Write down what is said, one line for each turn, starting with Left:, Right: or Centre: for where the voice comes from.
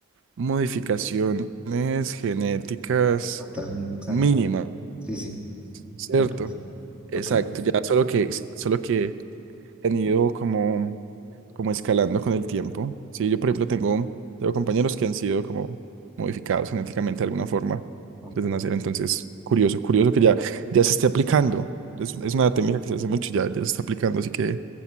Right: modificaciones genéticas
Centre: No tan exagerado.
Right: mínimas,
Centre: Sí, sí,
Right: ¿cierto?
Centre: lo pienso.
Right: Exacto,
Centre: Ok,
Right: ya solo que, solo que han ido como, como escalando con el tiempo. Sí, yo por ejemplo tengo, tengo compañeros que han sido como modificados genéticamente de alguna forma
Centre: ok,
Right: desde nacer, entonces curioso, curioso que ya, ya se esté aplicando. Es, es una técnica que se hace mucho, ya, ya se está aplicando, así que